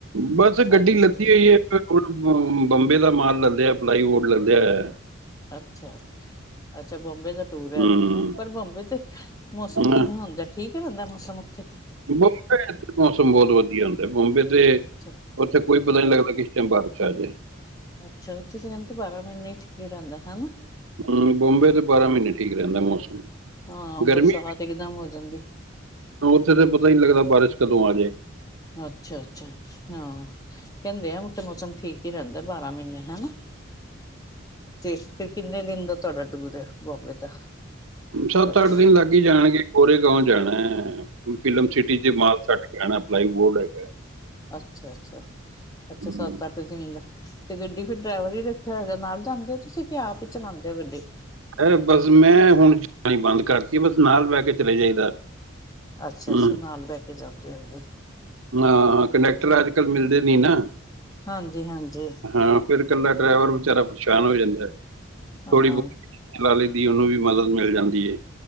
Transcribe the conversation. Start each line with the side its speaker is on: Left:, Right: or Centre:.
Right: ਬਸ ਗੱਡੀ
Left: ਐਤਕੀ
Right: ਲੱਦੀ ਹੋਈ ਹੈ ਬੰਬੇ ਦਾ ਮਾਲ ਲਦਿਆ ਪਲਾਈਡ ਲੱਦਿਆ ਹੋਈਆ
Left: ਅੱਛਾ, ਅੱਛਾ ਬੰਬੇ ਦਾ ਟੂਰ ਐਤਕੀ
Right: ਹੂੰ,
Left: ਹੈਂ ਪਰ ਬੰਬੇ ਤੇ ਮੌਸਮ
Right: ਹਨਾ
Left: ਕਿਵੇਂ ਹੁੰਦਾ ਠੀਕ, ਕੀ ਬੰਦਾ ਮੌਸਮ ਉੱਥੇ,
Right: ਬੰਬੇ ਮੌਸਮ ਬਹੁਤ ਵਧੀਆ ਹੁੰਦਾ ਬੰਬੇ ਤੇ
Left: ਅੱਛਾ,
Right: ਉੱਥੇ ਕੋਈ ਪਤਾ ਨੀ ਲੱਗਦਾ। ਕਿਸ ਟਾਈਮ ਬਾਰਿਸ਼ ਆਜੇ,
Left: ਅੱਛਾ ਉੱਥੇ ਤਾਂ ਕਹਿੰਦੇ ਬਾਰਾਂ ਮਹੀਨੇ ਹੀ ਠੀਕ ਹੀ ਰਹਿੰਦਾ ਹਨਾ।
Right: ਹੂੰ ਬੰਬੇ ਤੋਂ ਬਾਰਾਂ ਮਹੀਨੇ ਠੀਕ ਰਹਿੰਦਾ ਮੌਸਮ
Left: ਹਾਂ
Right: ਗਰਮੀ
Left: ਬਰਸਾਤ ਇਕਦਮ ਹੋ ਜਾਂਦੀ,
Right: ਉੱਥੇ ਤਾਂ ਪਤਾ ਹੀ ਲੱਗਦਾ ਬਾਰਿਸ਼, ਕਦੋਂ ਆਜੇ,
Left: ਅੱਛਾ-ਅੱਛਾ ਹਾਂ ਕਹਿੰਦੇ ਆ ਉੱਥੇ ਮੌਸਮ ਠੀਕ ਹੀ ਰਹਿੰਦਾ। ਬਾਰਾਂ ਮਹੀਨੇ ਹਨਾ ਤੇ, ਫਿਰ ਕਿੰਨੇ ਦਿਨ ਦਾ ਤੁਹਾਡਾ ਟੂਰ ਹੈ ਬੰਬੇ ਦਾ?
Right: ਸੱਤ
Left: ਅੱਛਾ,
Right: ਅੱਠ ਦਿਨ ਲੱਗ ਹੀਈ ਜਾਣਗੇ ਕੋੋਰੇ ਗਾਓ ਜਾਣਾ, ਫਿਲਮ ਸਿਟੀ ਚ ਮਾਲ ਸਟ ਕੇ ਆਣਾ ਪਲਾਈ ਬੋਰਡ ਹੈ ਹੈਗਾ
Left: ਅੱਛਾ-ਅੱਛਾ-ਅੱਛਾ
Right: ਹੂੰ
Left: ਸੱਤ ਅੱਠ ਦਿਨ ਦਾ ਤੇ ਗੱਡੀ ਫਿਰ ਡਰਾਈਵਰ ਹੀ ਰੱਖਿਆ ਹੈਗਾ ਨਾਲ ਜਾਂਦੇ, ਤੁਸੀਂ ਕਿ ਆਪ ਹੀ ਚਲਾਉਂਦੇ ਹੋ ਗੱਡੀ?
Right: ਹ ਬਸ ਮੈਂ ਹੁਣ ਜਾਣੀ ਬੰਦ ਕਰ ਦਿਤਾ। ਬਸ ਨਾਲ ਬਹਿ ਕੇ ਚਲੇ ਜਾਈਦਾ,
Left: ਅੱਛਾ-ਅੱਛਾ
Right: ਹੂੰ
Left: ਨਾਲ ਬਹਿ ਕੇ ਜਾਂਦੇ ਆਗੇ,
Right: ਹਾਂ ਕੰਡੈਕਟਰ ਅੱਜ'ਕੱਲ ਮਿਲਦੇ ਨੀ ਨਾ,
Left: ਹਾਂਜੀ ਹਾਂਜੀ
Right: ਹਾਂ ਫੇਰ ਇਕੱਲਾ ਡਰਾਈਵਰ ਵਿਚਾਰਾ ਪਰੇਸ਼ਾਨ ਹੋ ਜਾਂਦਾ ਹੈ। ਥੋੜੀ
Left: ਹਾਂ
Right: ਬਹੁਤ ਲੈ ਲਈ ਦੀ ਉਹਨੂੰ ਵੀ ਮਦਦ ਮਿਲ ਜਾਂਦੀ ਹੈ।